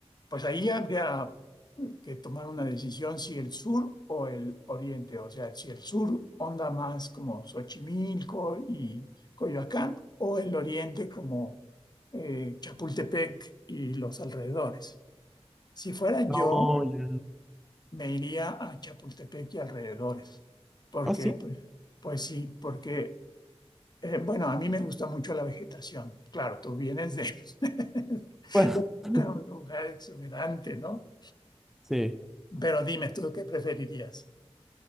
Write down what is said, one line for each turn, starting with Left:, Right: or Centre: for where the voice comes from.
Left: pues ahí habría que tomar una decisión si el sur o el oriente, o sea, si el sur onda más como Xochimilco y Coyoacán, o el oriente como eh, Chapultepec y los alrededores. Si fuera
Centre: No,
Left: yo,
Centre: ya.
Left: me iría a Chapultepec y alrededores, porque
Centre: Ah, sí.
Left: Ok. pues, pues sí, porque eh, bueno, a mí me gusta mucho la vegetación. Claro, tú vienes de <laughs>
Centre: Bueno, <laughs>
Left: un lugar exuberante, ¿no?
Centre: sí.
Left: Pero dime tú qué preferirías.